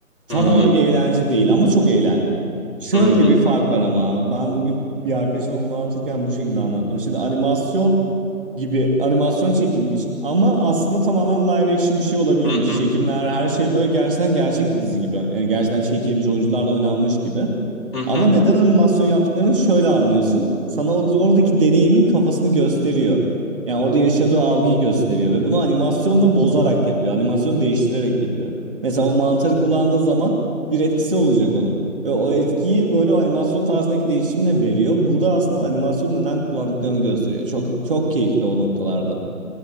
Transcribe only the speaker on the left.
Hı
hı.
Hı hı.
Hı hı.